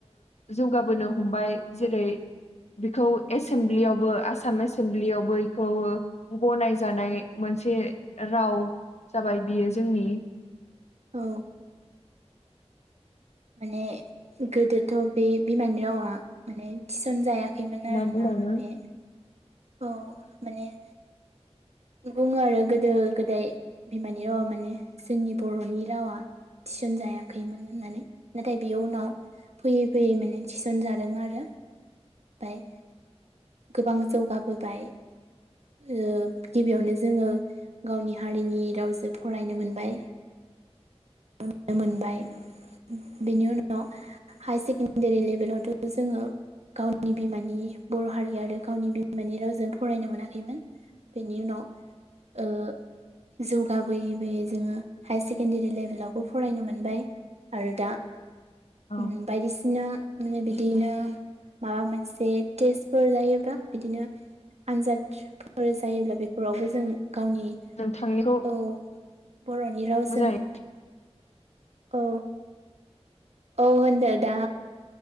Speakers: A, on the left; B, on the right.
A: जौगाबोनो हमबाय जेरै बेखौ एसेमब्लियावबो आसाम एसेमब्लियावबो एखौ गनायजानाय मोनसे राव जाबाय बियो जोंनि
B: औ। माने गोदोथ' बे बिमानि रावा माने थिसन जाया खैमोन
A: मा
B: आरोना
A: बुंबावनो
B: बे औ माने बुङो आरो गोदो गोदाय बिमानि रावा माने जोंनि बर'नि रावा थिसन जायाखैमोन होननानै नाथाय बेयो उनाव फैयै फैयै माने थिसन जादों आरो ओमफाय गोबां जौगाबोबाय ओ गिबियावनो जोङो गावनि हारिनि रावजों फरायनो मोनबाय। नुनो मोनबाय बेनि उनाव हायार सेकेणडारि लेभेलावथ' जोङो गावनि बिमानि बर' हारि आरो गावनि बिमानि रावजों फरायनो मोनाखैमोन। बिनि उनाव ओ जौगाबोयै बोयै जोङो हायार सेकेण्डारि लेभेलावबो फरायनो मोनबाय। आरो दा
A: औ
B: उ बायदिसिना माने बिदिनो माबा मोनसे टेस्टफोर जायोब्ला बिदिनो आनजादफोर जायोब्ला बेफोरावबो जों गावनि
A: नोंथांनिखौ
B: औ बर'नि रावजों
A: मोजाङै
B: औ अ होनदो दा